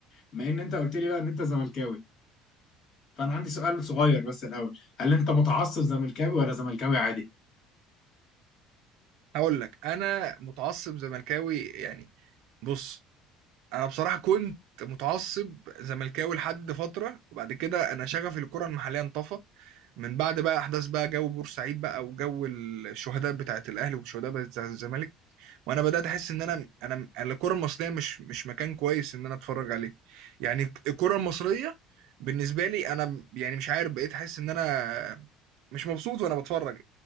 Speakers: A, on the left; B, on the right.
A: بما ان انت قلت لي بقى ان انت زملكاوي فانا عندي سؤال صغير بس الاول هل انت متعصب زملكاوي ولا زملكاوي عادي
B: هقول لك انا متعصب زملكاوي يعني بص انا بصراحه كنت متعصب زملكاوي لحد فتره وبعد كده انا شغفي للكره المحليه انطفى من بعد بقى احداث بقى جو بورسعيد بقى وجو الشهداء بتاعت الاهلي والشهداء بتاعت الزمالك وانا بدات احس ان انا انا الكره المصريه مش مش مكان كويس ان انا اتفرج عليه يعني الكره المصريه بالنسبه لي انا يعني مش عارف بقيت احس ان انا مش مبسوط وانا بتفرج